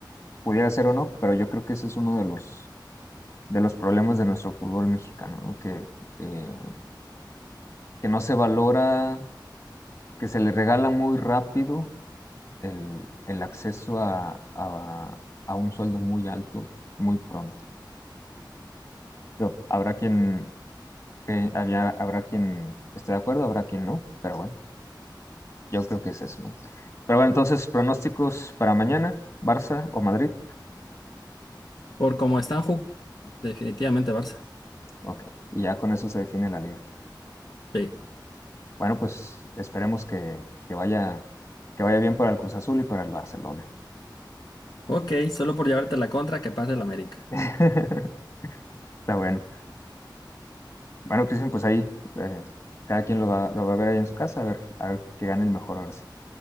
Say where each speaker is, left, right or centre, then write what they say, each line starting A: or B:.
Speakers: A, on the left; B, on the left.
A: pudiera ser o no, pero yo creo que ese es uno de los de los problemas de nuestro fútbol mexicano, ¿no? Que, eh, que no se valora, que se le regala muy rápido el, el acceso a, a- a un sueldo muy alto muy pronto. Yo, habrá quien, que había, habrá quien esté de acuerdo, habrá quien no, pero bueno, yo creo que es eso, ¿no? Pero bueno, entonces, pronósticos para mañana, Barça o Madrid.
B: Por cómo están jugando, definitivamente Barça.
A: Ok, y ya con eso se define la liga.
B: Sí.
A: Bueno, pues esperemos que, que vaya, que vaya bien para el Cruz Azul y para el Barcelona.
B: Ok, solo por llevarte la contra que pase el América.
A: <laughs> Está bueno. Bueno, Cristian, pues ahí eh, cada quien lo va, lo va a ver ahí en su casa, a ver, a ver que gane el mejor ahora sí.